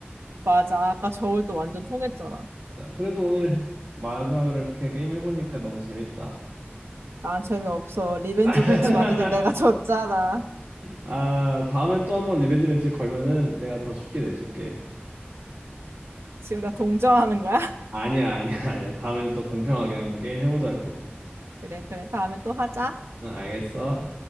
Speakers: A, on the right; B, on the right.
A: 맞아. 아까 저울도 완전 통했잖아.
B: 맞아. 그래도 오늘 마지막으로 이렇게 게임 해보니까 너무 재밌다.
A: 난 재미없어. 리벤지
B: <laughs>
A: 매치 맞아도 내가 <laughs> 졌잖아.
B: 아, 다음에 또 한번 리베지 매치 걸면은 내가 더 쉽게 내줄게.
A: 지금 나 동정하는 거야? <laughs>
B: 아니야, 아니야, 아니야. 다음에는 또 공평하게 한번 게임 해보자고.
A: 그래, 그래. 다음에 또 하자.
B: 응, 알겠어.